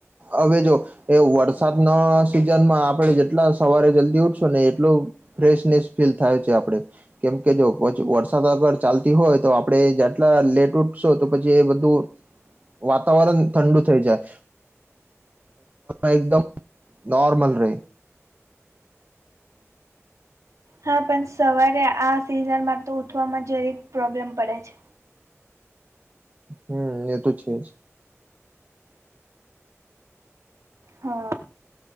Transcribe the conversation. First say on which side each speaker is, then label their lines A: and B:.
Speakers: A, on the right; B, on the right.
A: હવે જો એ વરસાદના સિઝનમાં આપણે જેટલા સવારે જલ્દી ઉઠશું ને એટલું ફ્રેશનેસ ફીલ થાય છે આપડે કેમ કે જો પછી વરસાદ અગર ચાલતી હોય તો આપણે જેટલા લેટ ઉઠશો તો પછી એ બધું વાતાવરણ ઠંડુ થઈ જાય એકદમ નોર્મલ રે
B: હા પણ સવારે આ સિઝનમાં તો ઉઠવામાં જરેક પ્રોબ્લેમ પડે છે.
A: હમ એ તો છે જ
B: હા